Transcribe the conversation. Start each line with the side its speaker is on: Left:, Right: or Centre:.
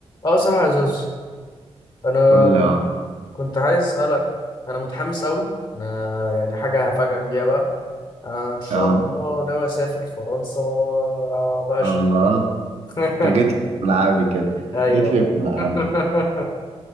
Left: اه صح يا زوز انا
Right: قول لي يا عرب
Left: كنت عايز اسالك انا متحمس قوي انا يعني حاجه هفاجئك بيها بقى انا ان شاء
Right: يا رب
Left: الله ناوي اسافر فرنسا باش
Right: الله
Left: <laughs>
Right: انت جيت لي في ملعبي كده
Left: ايوه
Right: جيت لي
Left: بقى
Right: في ملعبي
Left: <laughs>